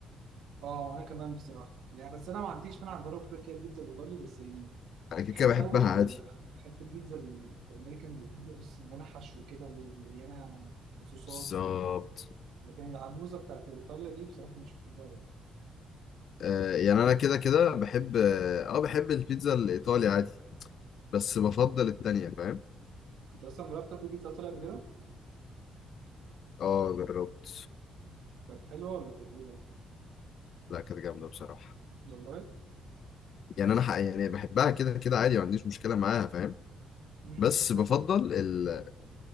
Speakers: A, on the right; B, on the left.
A: اه انا كمان بصراحه يعني بس انا ما عنديش مانع اجرب كده كده البيتزا الايطالي بس يعني
B: انا كده
A: بحب
B: كده بحبها
A: قوي ال-
B: عادي
A: بحب البيتزا ال- الامريكان الهندي بص مليانه حشو كده ومليانه صوصات
B: بالظبط
A: لكن العجوزه بتاعت ايطاليا دي بصراحه مش بحبها قوي
B: آه يعني انا كده كده بحب اه آه، بحب البيتزا الايطالي عادي بس بفضل التانية فاهم
A: انت اصلا جربت تاكل بيتزا ايطالي قبل كده؟
B: اه جربت
A: كانت حلوه ولا كانت ايه؟
B: لا كانت جامدة بصراحة
A: والله
B: يعني أنا حق يعني بحبها كده كده عادي ما عنديش مشكلة معاها فاهم
A: امم
B: بس
A: بس
B: بفضل
A: انت
B: ال
A: مم.